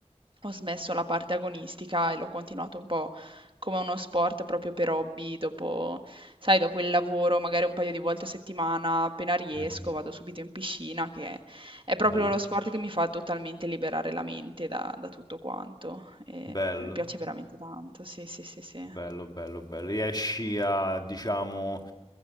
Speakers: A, on the right; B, on the left.
A: ho smesso la parte agonistica e l'ho continuato un po' come uno sport proprio per hobby, dopo sai dopo il lavoro magari un paio di volte a settimana, appena riesco,
B: Mh-mh.
A: vado subito in piscina, che è proprio
B: Bello,
A: lo sport che mi fa totalmente liberare la mente da da tutto quanto e
B: bello,
A: e mi piace veramente tanto. Sì, sì, sì, sì.
B: bello, bello, bello. Riesci a, diciamo,